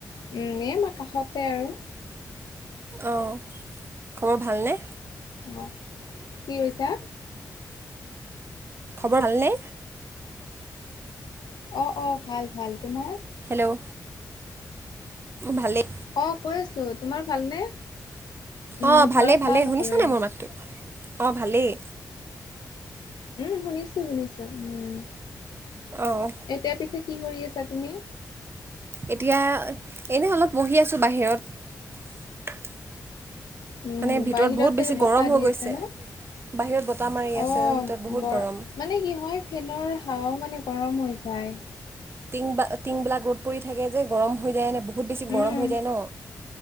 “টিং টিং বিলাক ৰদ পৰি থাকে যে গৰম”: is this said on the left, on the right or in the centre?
Right